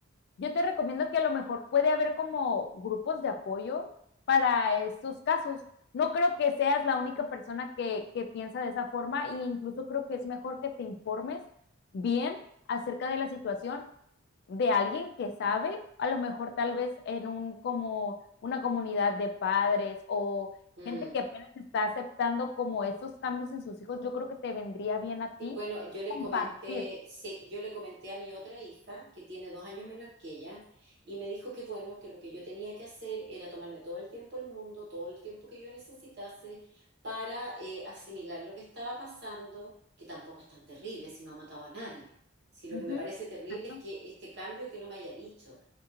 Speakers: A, on the left; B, on the right.
A: yo te recomiendo que a lo mejor puede haber como grupos de apoyo para estos casos. No creo que seas la única persona que, que piensa de esa forma e incluso creo que es mejor que te informes bien acerca de la situación de alguien que sabe, a lo mejor tal vez en un como una comunidad de padres o
B: Mm.
A: gente que apenas está aceptando como esos cambios en sus hijos, yo creo que te vendría bien a
B: Sí,
A: ti
B: bueno, yo le
A: compartir.
B: comenté, sí, yo le comenté a mi otra hija, que tiene dos años menos que ella, y me dijo que bueno, que lo que yo tenía que hacer era tomarme todo el tiempo del mundo, todo el tiempo que yo necesitase para eh, asimilar lo que estaba pasando, que tampoco es tan terrible si no ha matado a nadie. Si lo
A: Ujú.
B: que me parece terrible
A: Exacto.
B: es que este cambio que no me haya dicho.